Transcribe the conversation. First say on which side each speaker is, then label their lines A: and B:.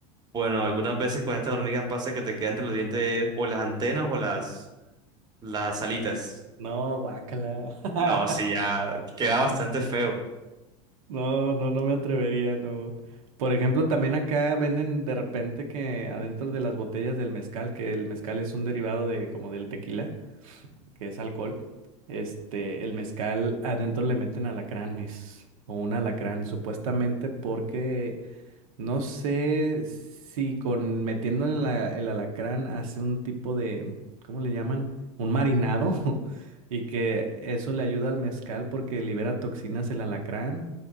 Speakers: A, on the right (about 25°); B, on the right (about 85°).
A: Bueno, algunas veces con estas hormigas pasa que te queda entre los dientes o las antenas o las, las alitas.
B: No, guácala. <laughs>
A: No, sí, ya queda bastante feo.
B: No, no, no me atrevería, no. Por ejemplo, también acá venden de repente que adentro de las botellas del mezcal, que el mezcal es un derivado de como del tequila, que es alcohol, este, el mezcal adentro le meten alacranes o un alacrán, supuestamente porque No sé si con metiéndole la- el alacrán hace un tipo de, ¿cómo le llaman? Un marinado <laughs> y que eso le ayuda al mezcal porque libera toxinas el alacrán